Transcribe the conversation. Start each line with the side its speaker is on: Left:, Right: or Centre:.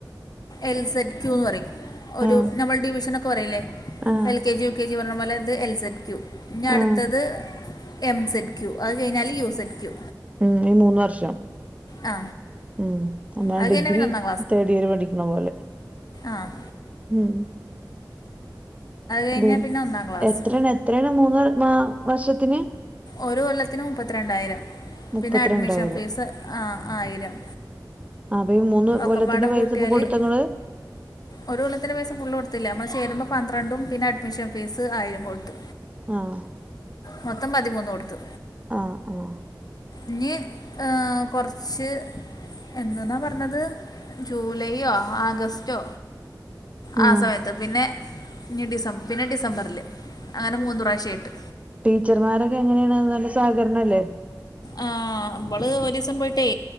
Left: എൽ സെഡ് ക്യൂന്ന് പറയും ഒര്
Right: ആ
Left: നമ്മൾ ഡിവിഷനക്കെ പറയ്ല്ലേ
Right: ആ
Left: L K G U K G പറയ്ണെ പോലെ ഇത് എൽ സെഡ് ക്യു ന്നട്ത്തത്
Right: ആ
Left: എം സെഡ് ക്യു അത് കഴിഞ്ഞാല് യു സെഡ് ക്യു
Right: ഉം ഈ മൂന്ന് വർഷം
Left: ആ
Right: ഉം ആം ആഡിഗ്രി
Left: അത് കഴിഞ്ഞാൽ പിന്നെ ഒന്നാം
Right: തേഡിയറ് പഠിക്കണപോലെ
Left: ആഹ്
Right: ഉം
Left: കഴിഞ്ഞാൽ
Right: അത്
Left: പിന്നെ ഒന്നാം ക്ലാസ്
Right: എത്രണ് എത്രയാണ് മൂന്ന് മാ വർഷത്തിന്
Left: ഓരോ കൊല്ലത്ത്ന് മുപ്പത്തിരണ്ടായ്രം
Right: മുപ്പത്തിരണ്ടായിരം
Left: പിന്നെ അഡ്മിഷൻ ഫീസ് ആഹ് ആയിരം
Right: ആവേ ഈ മൂന്ന് കൊല്ലത്ത്ന്റെ
Left: ഒക്കെപ്പാടെ
Right: പൈസപ്പോ
Left: കൂട്ടിയാൽ
Right: കൊട്ത്തങ്ങള്
Left: ഒരു കൊല്ലത്തിന്റെ പൈസ ഫുള്ള് കൊട്ത്തില്ല നമ്മള് ചേരുമ്പോ പന്ത്രണ്ടും പിന്നെ അഡ്മിഷൻ ഫീസ് ആയിരം കൊട്ത്തു
Right: ഉം
Left: മൊത്തം പതിമൂന്ന് കൊട്ത്തു
Right: ആഹ് ആഹ്
Left: ന്നീ ആഹ് കൊർച്ച് എന്തെന്നാ പർ ത് ജൂലൈയോ ആഗസ്റ്റോ
Right: ഉം
Left: ആഹ് സമയത്ത് പിന്നെ ഇനി ഡിസംബ് പിന്നെ ഡിസംബറില് അങ്ങനെ മൂന്ന് പ്രാവശ്യായ്ട്ട്
Right: ടീച്ചർമാരക്കെങ്ങനെയാണ് നല്ല സഹ്കരണല്ലേ
Left: ആഹ് വ്ള് ഒരീസം പോയിട്ടേ